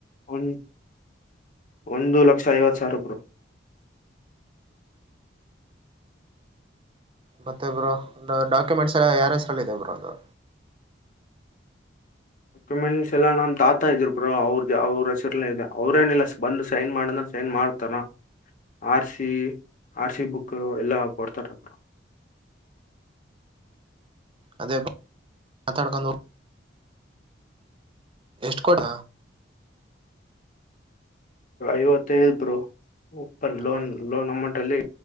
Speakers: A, on the left; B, on the right.
A: ಒ ಒಂದು ಲಕ್ಷ ಐವತ್ತು ಸಾವಿರಬ್ರು
B: ಮತ್ತೆ ಇ ಬ್ರೋ ಡಾಕ್ಯುಮೆಂಟ್ಸ್ ಎಲ್ಲ ಯಾರ ಹೆಸ್ರಲ್ಲ ಇದೆ ಬ್ರೋ ಅ
A: ಡಾಕ್ಯುಮೆಂಟ್ಸ್ ಎಲ್ಲ ನ್ ತಾತಾ ಇದ್ರು ಬ್ರೋ ಅವ್ರ್ದ ಅವ್ರ ಹೆಸರಲ್ಲ ಇದೆ ಅವ್ರೇನಿಲ್ಲ ಬಂದು ಸೈನ್ ಮಾಡ ಸ ಏನ್ ಮಾಡ್ತಾನ ಆರ್ಸ ಆರ್ ಸಿಿ ಬುಕ್ ಎಲ್ಲಾ ಕೊಡ್ತಾರ ಅರು
B: ಅದೇ ಮಾತಡಕ ನ ಎಷ್ಟು ಕೊಡ
A: ಐವತ್ತೈದರು ಓಪನ್ ಲೋನ್
B: ಹೌದು
A: ಲೋನ್ ಅಮೌಂಟ್ ಅಲ್ಲಿ